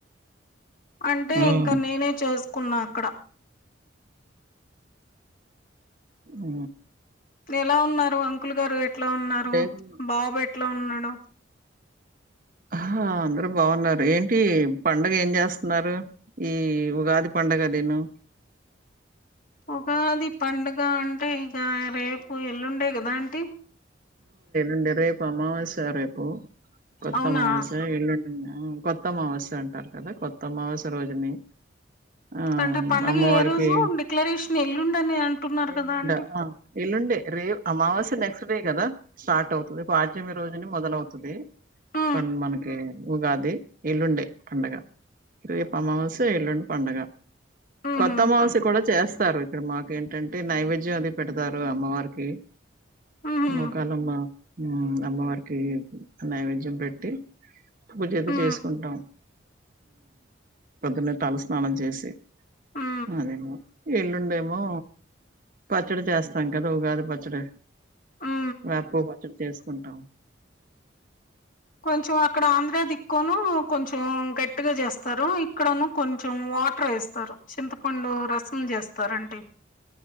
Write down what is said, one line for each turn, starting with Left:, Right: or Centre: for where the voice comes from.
Left: అంటే
Right: హ్మ్.
Left: ఇంకా నేనే చేస్ కున్నా అక్కడ
Right: ఉ
Left: ఎలా ఉన్నారు అంకుల్ గారు ఎట్లా ఉన్నారు
Right: రేపు
Left: బాబు ఎ ఎట్లా ఉన్నాడు
Right: ఆ అందరు బాగున్నారు ఏంటి పండుగ ఏం చేస్తున్నారు ఈ ఉగాది పండుగ నేను
Left: ఉగాది పండుగ అంటే ఇగ రేపు ఎల్లుండే కదా ఆంటి
Right: అంటే రేపు అమావాస్య రేపు ఉ కొత్త
Left: అవునా
Right: అమావాస్య ఎల్లుండి కొత్త అమావాస్య అంటారు కదా కొత్త అమావాస్య రోజుని ఆహ్,
Left: అంటే పండుగ
Right: అమ్మవారికి
Left: ఏ రోజు డిక్లరేషన్ ఎల్లుండని అంటున్నారు
Right: ఎల్లుండ
Left: కదా అంటీ
Right: ఆ ఎల్లుండే రే అమావాస్య నెక్స్ట్ డే కదా స్టార్ట్ అవుతుది పాడ్యమి రోజుని మొదలవుతది
Left: ఆ
Right: మనకి ఉగాది ఎల్లుండే పండగ రేపు అమావాస ఎల్లుండి పండగ
Left: ఆహాహా
Right: కొత్త అమావాస్య కూడా చేస్తారు ఇక్కడ మా ఏంటంటే నైవేద్యం అది పెడతారు అమ్మవారికి
Left: ఆహా
Right: మ కాలమ్మ అమ్మవారికి నైవేద్యం పెట్టి పూజతే
Left: ఆ
Right: చేసుకుంటాం ప్రొద్దున్న తల స్నానం చేసి
Left: ఆ
Right: అదేమో ఎల్లుండేమో పచ్చడి చేస్తాం కదా ఉగాది పచ్చడి
Left: ఆ
Right: వకు బచ్చలు తీసుకుంటాం
Left: కొంచం అక్కడ ఆంధ్రా దిక్క్కొను కొంచెం గట్ గట్టుగా చేస్తారు ఇక్కడను కొంచెం వాటర్ వేస్తారు చింతపండు రసం చేస్తారుంటడి